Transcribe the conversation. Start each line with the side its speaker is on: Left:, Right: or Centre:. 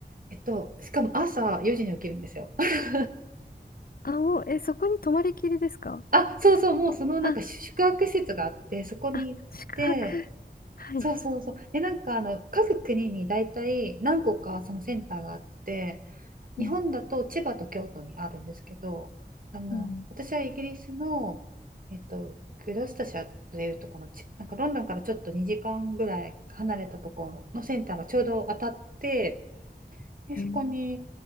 Right: えっと、しかも朝4時に起きるんですよ。<laughs>
Left: あ、もう、え、そこに泊まりきりですか
Right: あ、そうそう、もうそのなんか宿泊施設があって、
Left: あ、
Right: そこに行って、
Left: あ、宿泊。はい。
Right: そうそうそう。で、なんかあの各国に大体何個かそのセンターがあって、
Left: うん。
Right: 日本だと千葉と京都にあるんですけど、あの私はイギリスの、
Left: うん。
Right: えっと、グロスタシャーというところのち、なんかロンドンからちょっと2時間ぐらい離れたところのセンターがちょうど当たって、で、
Left: へえ。
Right: そこに、